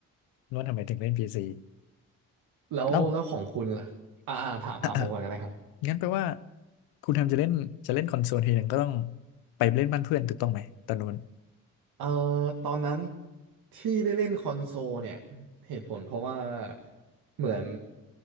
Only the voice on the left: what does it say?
ว่าทำไมถึงเล่น PC
เล่า <coughs> งั้นแปลว่าคุณแฮมจะเล่นจะเล่นคอนโซลทีหนึ่งก็ต้องไปเล่นบ้านเพื่อนถูกต้องไหมตอนนู้น